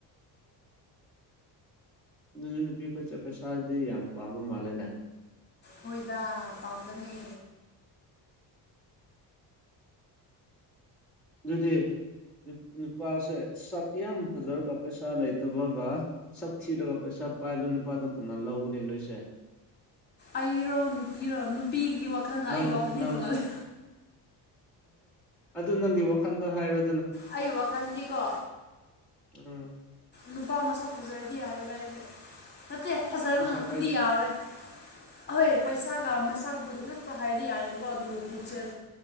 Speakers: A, in the centre; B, on the left (about 25°).
A: <inaudible> ꯑꯗꯨꯗꯤ ꯅꯨꯄꯤ ꯑꯩꯈꯣꯏ ꯆꯠꯄꯩ ꯏꯁꯗꯤ ꯌꯥꯝ ꯄꯥꯝꯕ ꯃꯥꯜꯂꯦꯅꯦ
B: ꯍꯣꯏꯗ ꯄꯥꯝꯕꯅꯦ
A: ꯑꯗꯨꯗꯤ ꯅꯨꯄꯥꯁꯦ ꯁꯛ ꯌꯥꯝ ꯐꯖꯔꯒ ꯄꯩꯁꯥ ꯂꯩꯇꯕꯒ ꯁꯛ ꯊꯤꯔꯒ ꯄꯩꯁꯥ ꯄꯥꯏꯕ ꯅꯨꯄꯥꯗ ꯀꯅꯥ ꯂꯧꯒꯅꯤ ꯅꯣꯏꯁꯦ
B: ꯑꯩꯔꯣ ꯅꯨꯄꯤꯔꯣ ꯅꯨꯄꯤꯒꯤ ꯋꯥꯈꯜꯒ ꯑꯩꯒꯤ
A: ꯅꯪ
B: ꯋꯥꯈꯜꯗꯤ
A: ꯅꯪ
B: ꯇꯣꯡꯉꯂ
A: ꯑꯗꯨ ꯅꯪꯒꯤ ꯋꯥꯈꯟꯗꯣ ꯍꯥꯏꯔꯣ
B: ꯑꯩ ꯋꯥꯈꯜꯗꯤꯀꯣ
A: ꯎꯝ
B: ꯅꯨꯄꯥ ꯃꯁꯛ ꯐꯖꯔꯗꯤ ꯌꯥꯔꯦꯗ ꯑꯩꯁꯦ ꯅꯠꯇꯦ ꯐꯖꯕ
A: ꯄꯩꯁꯥ
B: ꯉꯥꯛꯇꯗꯤ
A: ꯄꯥꯏ
B: ꯌꯥꯔꯣꯏ ꯑꯩꯍꯣꯏ ꯄꯩꯁꯥ ꯃꯁꯥꯄꯨꯗꯤ ꯉꯥꯛꯛꯇ ꯍꯥꯏꯗꯤ ꯌꯥꯏꯑꯕꯀꯣ ꯑꯗꯨꯕꯨ ꯄꯨꯛꯆꯦꯜ